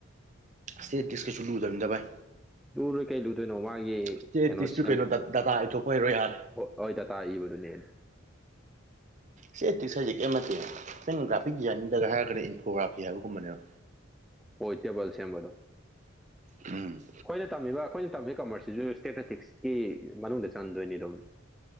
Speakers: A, on the right; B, in the centre.
A: ꯁ꯭ꯇꯦꯠꯇꯗꯤꯁꯀꯩꯁꯨ ꯂꯨꯗꯕꯅꯤ ꯚꯏ
B: ꯂꯨ ꯂꯣꯏ ꯀꯩ ꯂꯨꯗꯣꯏꯅꯣ ꯃꯥꯒꯤ
A: ꯁ꯭ꯇꯦꯇꯤꯛꯁꯇꯨ
B: ꯀꯩꯅꯣ ꯁꯦꯝ
A: ꯗꯇꯥ ꯏꯊꯣꯛꯄ ꯍꯩꯔꯣ ꯌꯥꯔꯦ
B: ꯍꯣꯏ ꯍꯣꯏ ꯇꯇꯥ ꯏꯕꯗꯨꯅꯦ
A: ꯁꯤꯇꯤꯛꯁꯦꯖꯤꯦꯛ ꯑꯃꯠꯇꯦ ꯁꯪ ꯒ꯭ꯔꯥꯐꯤꯛ ꯗꯤꯖꯥꯏꯅꯤꯡꯗꯒ ꯍꯥꯏꯔꯒꯗꯤ ꯏꯟꯐꯣꯒ꯭ꯔꯥꯐꯤ ꯍꯥꯏꯕꯒꯨꯝꯕꯅꯦꯕ
B: ꯍ ꯏꯇꯦ ꯄꯜꯁꯦꯝꯕꯗꯣ
A: ꯑꯝ
B: ꯑꯩꯈꯣꯏꯅ ꯇꯝꯃꯤꯕ ꯑꯩꯈꯣꯏꯅ ꯇꯝꯃꯤ ꯀꯃꯔꯁꯁꯤꯁꯨ ꯁ꯭ꯇꯦꯇꯇꯤꯛꯁꯀꯤ ꯃꯅꯨꯡꯗ ꯆꯟꯗꯣꯏꯅꯤꯗꯣ